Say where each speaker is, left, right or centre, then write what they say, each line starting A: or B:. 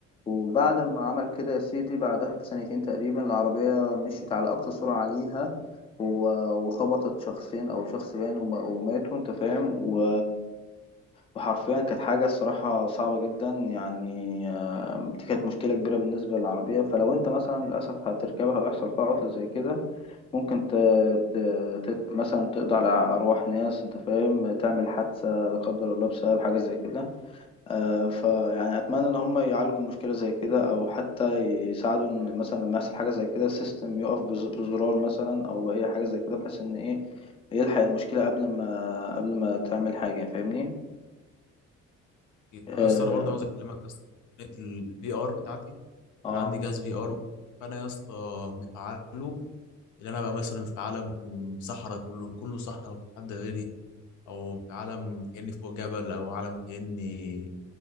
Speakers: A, on the left (about 20°); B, on the left (about 75°).
A: وبعد ما عمل كده يا سيدي بعدها بسنتين تقريبا العربية مشيت على أقصى سرعة عليها و... وخبطت شخصين أو شخص باين وم... وماتوا أنت فاهم و... وحرفيا كانت حاجة الصراحة صعبة جدا يعني آه، دي كانت مشكلة كبيرة بالنسبة للعربية فلو أنت مثلا للأسف هتركبها ويحصل فيها عطلة زي كده ممكن ت... ت... ت... مثلا تقضي على أرواح ناس أنت فاهم تعمل حادثة لا قدر الله بسبب حاجة زي كده آه فيعني أتمنى إن هم يعالجوا مشكلة زي كده أو حتى يساعدوا إن مثلا لما يحصل حاجة زي كده السيستم يقف بز- بزرار مثلا أو بأي حاجة زي كده بحيث إن إيه يلحق المشكلة قبل ما قبل ما تعمل حاجة فاهمني؟
B: أكيد.
A: اه
B: طب يا اسطى انا برضه عاوز اكلمك يا اسطى الفي ار بتاعتي
A: اه
B: انا عندي جهاز في ار فانا يا اسطى مفعله اللي انا بقى مثلا في عالم صحراء كله كله صحراء مفيش حد غيري او في عالم كاني فوق جبل او عالم كاني